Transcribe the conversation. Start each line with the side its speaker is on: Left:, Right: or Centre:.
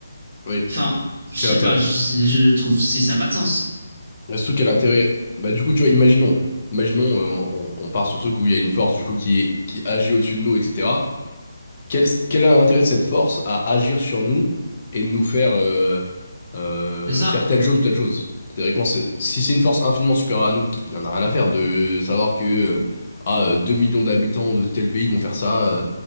Left: Oui,
Right: Enfin, je sais
Left: quel intérêt.
Right: pas, je, je trouve que ça n'a pas de sens.
Left: Et surtout, quel intérêt. Bah, du coup, tu vois, imaginons. Imaginons, euh, on, on part sur le truc où il y a une force, du coup, qui, est- qui agit au-dessus de nous, etc. Quel, quel est l'intérêt de cette force à agir sur nous et de nous faire euh, euh,
Right: C'est ça?
Left: faire telle chose ou telle chose? Théoriquement, c'est- si c'est une force infiniment supérieure à nous, qui- il en a rien à faire de savoir que euh, ah, euh, 2 millions d'habitants de tel pays vont faire ça. euh,